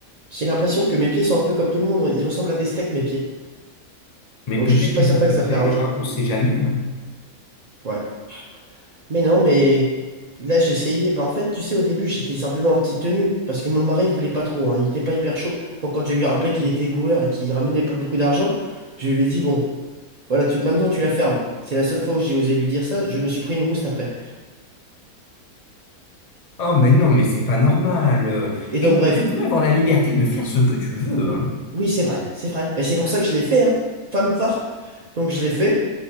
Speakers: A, on the right; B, on the left.
A: j'ai l'impression que mes pieds sont un peu comme tout le monde. hein. Ils ressemblent à des steaks mes pieds.
B: Mais
A: Donc
B: peut-être
A: je suis pas
B: que
A: certain
B: ça peut
A: que ça
B: te
A: plaira
B: plaire,
A: aux gens.
B: hein, on sait jamais. hein.
A: Ouais. Mais non, mais là j'ai essayé. Bah en fait, tu sais, au début j'étais simplement en petite tenue parce que mon mari voulait pas trop. hein. Il était pas hyper chaud. Donc quand je lui rappelais qu'il était boueur et qu'il ramenait pas beaucoup d'argent, je lui ai dit bon, voilà, tu, maintenant tu la fermes. C'est la seule fois où j'ai osé lui dire ça. Je me suis pris une rouste après.
B: Oh mais non, mais c'est pas normal. euh.
A: Et donc,
B: Et
A: bref,
B: tu peux avoir la liberté de faire ce que tu veux, hein.
A: oui, c'est vrai, c'est vrai. Mais c'est pour ça que je l'ai fait, hein. Femme forte. Donc, je l'ai fait.